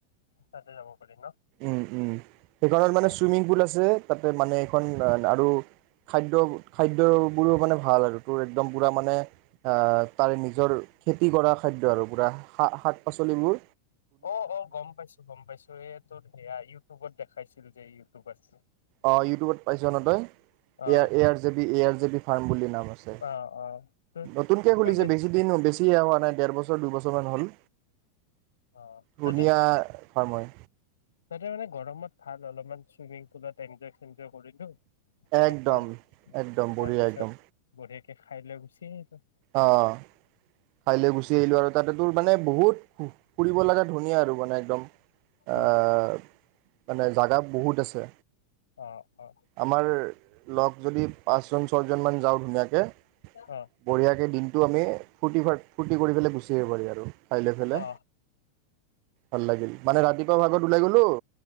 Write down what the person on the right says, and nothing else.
উম উম। সেইখনত মানে
চুইমিং পুল আছে। তাতে মানে এইখন আন আৰু খাদ্য খাদ্যবোৰো মানে ভাল আৰু তোৰ একদম পূৰা মানে, তাৰে নিজৰ খেতি কৰা খাদ্য আৰু পুৰা শা-শাক পাচলি বোৰ
অ', ইউটিউবত পাইছ ন তই?
A R, A R J B, A R J B farm বুলি নাম আছে,
নতুনকে খুলিছে
বেছি দিন হ বেছি দিন ছিয়া হোৱা নাই, ডেৰ বছ দুবছৰমান হ'ল,
ধনীয়া সময়
একদম
একদম বঢ়িয়া একদম
অ', খাইলৈ গুচি আহিলোঁ আৰু তাতে তোৰ মানে বহুত ফুৰিব লাগা ধুনীয়া আৰু মানে একদম। আহ।
মানে জাগা বহুত আছে।
আমাৰ লগ যদি পাঁচজন, ছয়জন মান যাওঁ ধুনীয়াকে
বঢ়িয়াকে দিনটো আমি ফূৰ্তি ফাৰ্ত, ফূৰ্তি কৰি পেলাই গুচি আহিব পাৰি আৰু খাই লৈ ফেলে,
ভাল লাগিল মানে ৰাতিপুৱা ভাগত ওলাই গ'লোঁ,